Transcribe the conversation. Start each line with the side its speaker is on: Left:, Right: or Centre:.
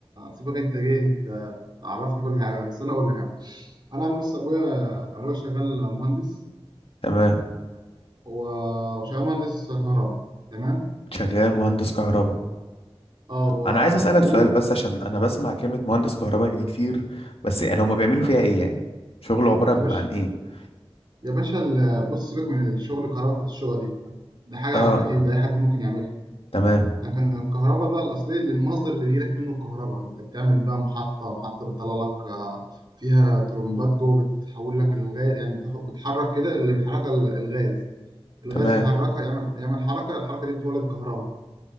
Right: سيبك انت جاي ت- تعرفني كل حاجه بس انا اقول لك يعني انا بص ابويا ابويا شغال مهندس
Left: تمام
Right: هو شغال مهندس كهرباء تمام
Left: شغال مهندس كهرباء
Right: اه و...
Left: انا عايز اسألك سؤال
Right: و...
Left: بس عشان انا بسمع كلمة مهندس كهرباء دي كتير بس يعني هما بيعملوا فيها ايه يعني شغله عبارة
Right: يا
Left: بيبقى
Right: باشا
Left: عن ايه
Right: يا باشا ال- بص سيبك من الشغل الكهرباء بتاعت الشقه دي ده حاجه
Left: اه
Right: على خفيف ده اي حد ممكن يعملها
Left: تمام
Right: لكن الكهرباء بقى الأصلية اللي المصدر اللي بيجيلك منه الكهرباء أنت بتعمل بقى محطة محطة بتطلع لك آه، فيها ترمبات جوه بتحول لك الغاز يعني بتاخد بتحرك كده اللي بيحركها ال- الغاز الغاز
Left: تمام
Right: يحركها يعمل يعمل حركة الحركة دي بتولد كهرباء